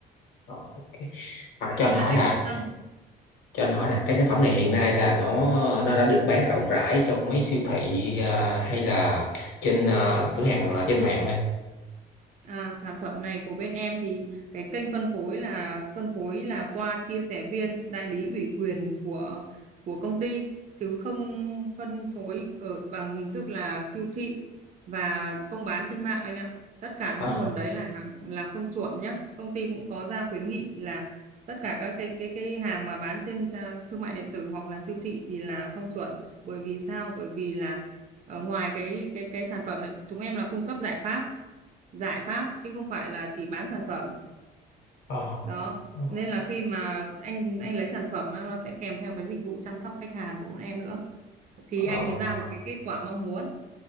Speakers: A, on the left; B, on the right.
A: Ờ, ok. À,
B: nên
A: cho anh hỏi
B: là anh
A: là
B: yên tâm
A: cho anh hỏi là cái sản phẩm này hiện nay là nó nó đã được bán rộng rãi trong mấy siêu thị à, hay là trên à, cửa hàng à, trên mạng mà
B: À, sản phẩm này của bên em thì cái kênh phân phối là phân phối là qua chia sẻ viên đại lý ủy quyền của của công ty chứ không phân phối ở bằng hình thức là siêu thị và không bán trên mạng anh ạ. Tất cả những
A: à,
B: nguồn đấy là là không chuẩn nhá. Công ty cũng có ra khuyến nghị là tất cả các cái cái cái hàng mà bán trên à, thương mại điện tử hoặc là siêu thị thì là không chuẩn. Bởi vì sao? Bởi vì là Ờ, ngoài cái cái cái sản phẩm này chúng em là cung cấp giải pháp giải pháp chứ không phải là chỉ bán sản phẩm
A: à,
B: đó
A: à,
B: nên là khi mà anh anh lấy sản phẩm á, nó sẽ kèm theo cái dịch vụ chăm sóc khách hàng của bọn em nữa thì
A: à,
B: anh mới ra được cái kết quả mong muốn